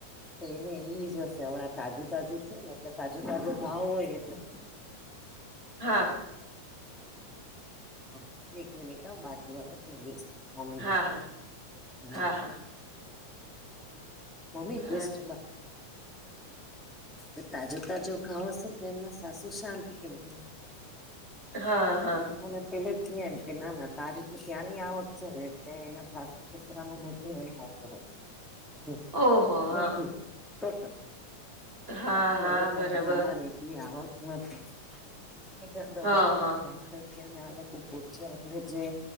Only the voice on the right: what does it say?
હા.
હા
હા
હા, હા.
હા,
હા, હા.
<inaudible>
ઓહો! હા.
હા,
હા,
બરાબર.
હા, હા.